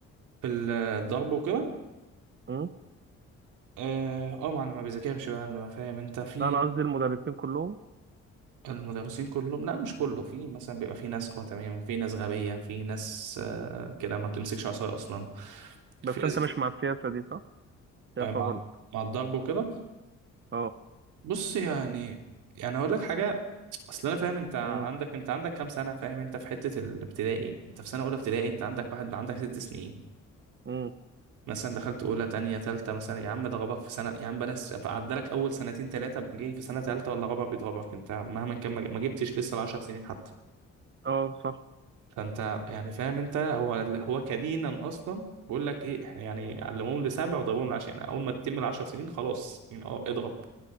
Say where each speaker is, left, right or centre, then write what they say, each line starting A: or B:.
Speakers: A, on the right; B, on the right.
A: في الضرب وكده
B: امم
A: اه آه، ما انا ما بذاكرش بقى انا فاهم انت في
B: انا قصدي المدرسين كلهم
A: المدرسين كلهم لا مش كله في مثلا بيبقى في ناس اه تمام وفي ناس غبية في ناس
B: امم
A: آه كده ما بتمسكش عصاية أصلا في
B: بس
A: ناس
B: انت مش مع السياسة دي صح؟ شايفها
A: آه مع
B: غلط
A: مع الضرب وكده
B: اه
A: بص يعني يعني هقول لك حاجة أصل أنا فاهم أنت عندك
B: امم
A: أنت عندك كام سنة فاهم أنت في حتة الابتدائي أنت في سنة أولى ابتدائي أنت عندك واحد عندك ست سنين
B: امم
A: مثلا دخلت أولى تانية تالتة مثلا يا عم ده غبك في سنة يا عم بلاش عدالك أول سنتين تلاتة جاي في سنة تالتة ولا غبك بيتغبك أنت مهما كان ما ما جبتش لسه العشر سنين حتى
B: اه صح
A: فانت يعني فاهم انت هو هو كدينا اصلا بيقول لك ايه إحنا يعني علموهم لسبع وضربوهم لعشرة يعني اول ما تتم العشر سنين خلاص يعني اه اضرب